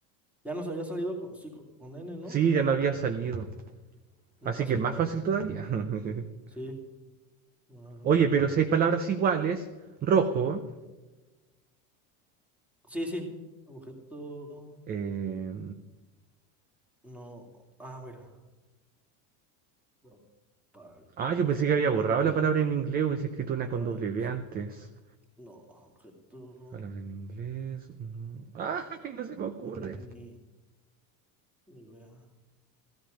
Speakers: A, in the centre; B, on the right.
A: Ya nos había salido con, sí, con, con N, ¿no?
B: Sí, ya no había salido.
A: No
B: Así
A: pasó
B: que es
A: nada.
B: más fácil todavía. <laughs>
A: Sí. Ah,
B: Oye, pero si hay palabras iguales, rojo.
A: sí, sí. Objeto.
B: eh,
A: No. Ah, mira. No. pa-
B: Ah,
A: Objeto.
B: yo pensé que había borrado la palabra en inglés, hubiese escrito una
A: Palabra
B: con W
A: en luz.
B: antes.
A: No. Objeto.
B: Palabra en inglés. no. <laughs> ¡Ay, no se me ocurre!
A: Ni. Ni vea.